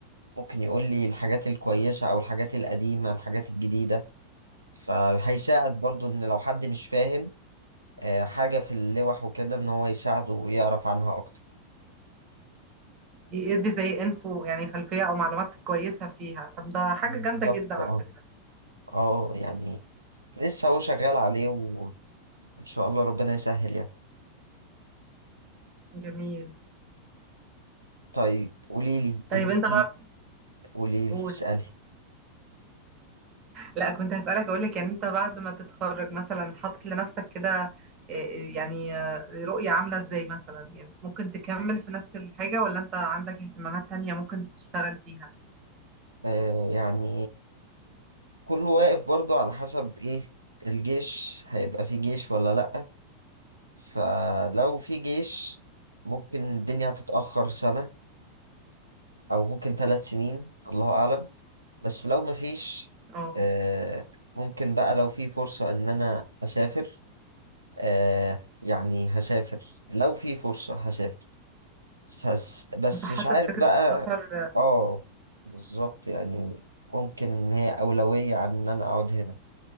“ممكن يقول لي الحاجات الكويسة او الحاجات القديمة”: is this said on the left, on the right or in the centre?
Right